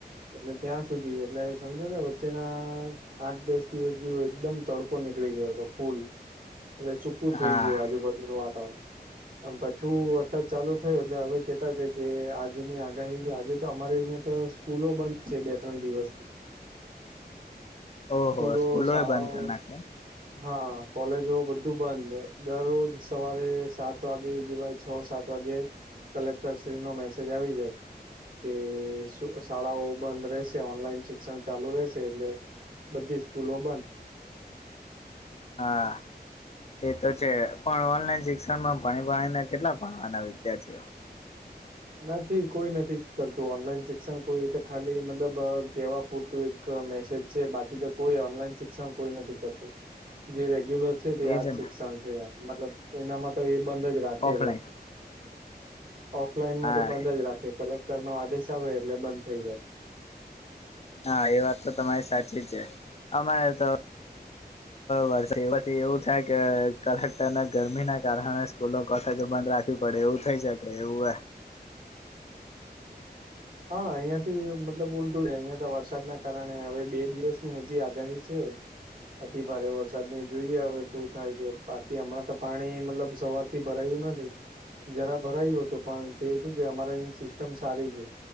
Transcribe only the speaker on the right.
એટલે ત્યાં સુધી, એટલે સમજોને વચ્ચેના આઠ, દસ દિવસથી હજુ એકદમ તડકો નીકળી ગયો હતો ફૂલ, એટલે સુકુ
થઈ ગીયું આજુ-બાજુનું વાતાવરણ આમ પાછું વરસાદ ચાલુ થયું, એટલે હવે કેતા છે કે આજની આગાહી, આજે તો અમારે અયા તો સ્કૂલો બંધ છે, બે-ત્રણ દિવસથી
સ્કૂલો, શાળાઓ
હા, કોલેજો બધું બંધ, દરરોજ સવારે સાત સાત વાગે જેવાય, છ-સાત વાગ્યે કલેક્ટરશ્રી નો મેસેજ આવી જાય કે શાળાઓ બંધ રહેશે, ઓનલાઈન શિક્ષણ ચાલુ રહેશે, એટલે બધી સ્કૂલો બંધ
નથી, કોઈ નથી કરતું ઓનલાઈન શિક્ષણ, કોઈ એ તો ખાલી, મતલબ કેવા પૂરતું ક મેસેજ છે, બાકી તો કોઈ ઓનલાઈન શિક્ષણ કોઈ નથી કરતું, જે રેગ્યુલર છે, તે
આ જ શિક્ષણ
છે એમ, મતલબ એનામાં તો એ બંધ જ રાખે
ઓફઇનમાં
તો બંધ જ રાખે, કલેક્ટર નો આદેશ આવે એટલે બંધ થઈ જાય
<inaudible>
હા અહિયાં થી મતલબ અહિયાં તો વરસાદના કારણે હવે બે દિવસની હજી આગાહી છે અતિ ભારે વરસાદ ને જોઈએ હવે શું થાય છે બાકી હમણાં તો પાણી મતલબ સવાર થી ભરાયું નથી, જરા ભરાયું હતું પણ તે શું છે અમારે અહીં સિસ્ટમ સારી છે